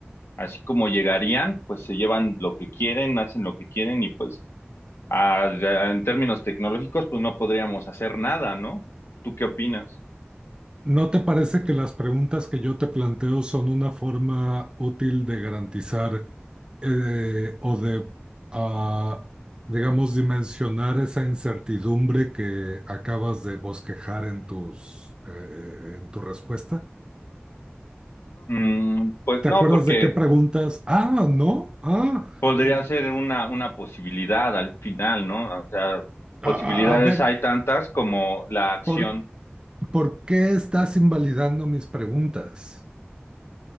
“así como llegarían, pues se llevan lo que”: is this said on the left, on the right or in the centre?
Left